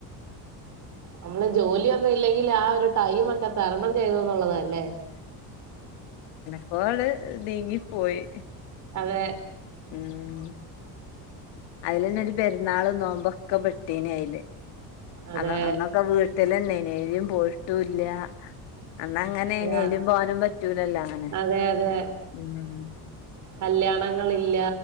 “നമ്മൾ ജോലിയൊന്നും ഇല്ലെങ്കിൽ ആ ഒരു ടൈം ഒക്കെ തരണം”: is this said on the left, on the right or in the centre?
Right